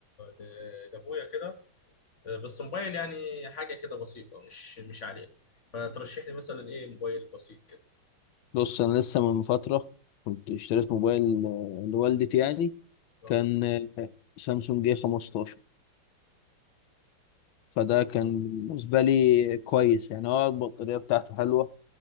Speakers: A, on the left; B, on the left.
A: ل- لابويا كده بس موبايل يعني حاجه كده بسيطه مش مش عاليه فترشح لي مثلا ايه موبايل بسيط كده
B: بص انا لسه من فتره كنت اشتريت موبايل آه، لوالدتي يعني
A: اه
B: كان آه، سامسونج اي 15 فده كان بالنسبة لي كويس يعني هو البطارية بتاعته حلوة